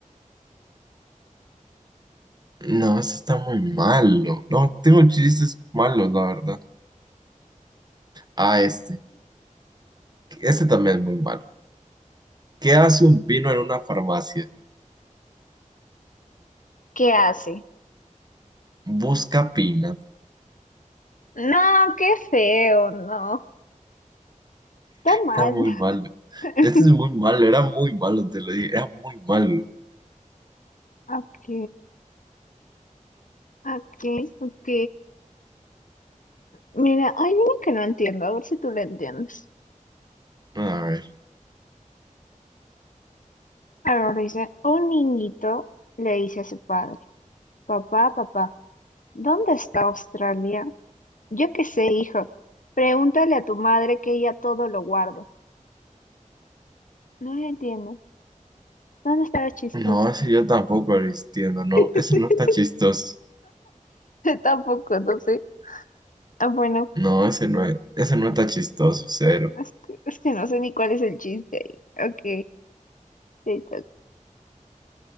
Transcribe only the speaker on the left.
qué hace?
No, qué feo, no. Está mal.
<laughs>
Ok, ok, ok. Mira, hay una que no entiendo, a ver si tú la entiendes.
Ahora dice, un niñito le dice a su padre, papá, papá, ¿dónde está Australia? Yo qué sé, hijo. Pregúntale a tu madre que ella todo lo guarda. No lo entiendo. ¿Dónde estará chistoso?
<laughs>
Tampoco, no sé. Ah, bueno,
es que, es que no sé ni cuál es el chiste ahí. Ok, te toca.